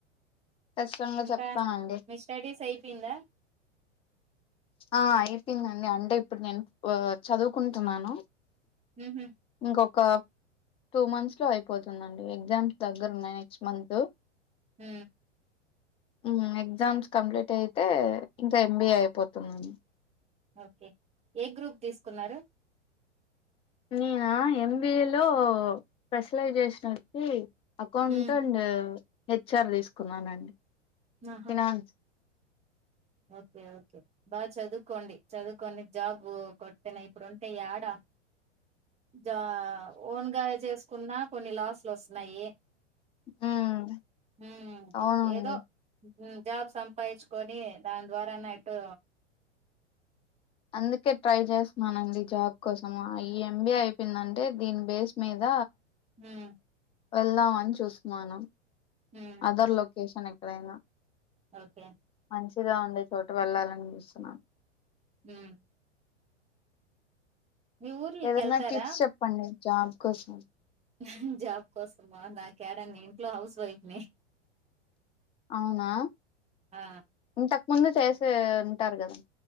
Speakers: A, on the left; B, on the right.
A: ఖచ్చితంగా
B: ఇంకా
A: చెప్తానండి.
B: మీ స్టడీస్ అయిపోయిందా
A: ఆ అయిపోయిందండి అంటే ఇప్పుడు నేను చదువుకుంటున్నాను
B: ఉహు
A: ఇంకొక టూ మంత్స్ లో అయిపోతుందండి ఎగ్జామ్స్ దగ్గర ఉన్నాయి నెక్స్ట్ మంత్
B: హ
A: ఇంగా ఎగ్జామ్స్ కంప్లీట్ అయితే ఇంకా ఎంబిఏ అయిపోతుంది అండి
B: ఓకే ఏ గ్రూప్ తీసుకున్నారు
A: నినా ఎంబిఏ లో స్పెషలైజేషన్ వచ్చి అక్కౌంట్
B: ఉమ్
A: అండ్ హెచ్ఆర్ తీసుకున్నానండి
B: ఆహా
A: ఫినాన్స్
B: ఓకే ఓకే బాగా చదువుకోండి చదువుకోని జాబ్ కొట్టన ఇప్పుడు ఉంటే యాడా జా ఓన్గా చేసుకున్నా కొన్ని లాసులు వస్తున్నాయి
A: హ్మ్.
B: హ్మ్
A: అవునండి
B: ఏదో జాబ్ సంపాదించుకొని దాని ద్వారాన్న ఎటొ
A: అందుకే ట్రై చేస్తున్నానండి జాబ్ కోసం ఈ ఎంబీఏ అయిపోయిందంటే దీని బేస్ మీద
B: ఉమ్
A: వెళ్దామని చూస్తున్నాను
B: ఉమ్
A: అదర్ లోకేషన్ ఎ ఎక్కడనా
B: ఓకే
A: మంచిగా ఉండే చోట వెళ్ళాలని చూస్తున్నాను
B: ఉమ్ మీ ఊర్లకి
A: ఏదైనా
B: వెళ్తారా
A: టిప్స్ చెప్పండి జాబ్కుసం
B: హు జాబ్ కోసమా నాకేడాని ఇంట్లో హౌస్ వైఫ్ ని
A: అవునా
B: ఆ
A: ఉంత ముందు చేసే ఉంటారు కదా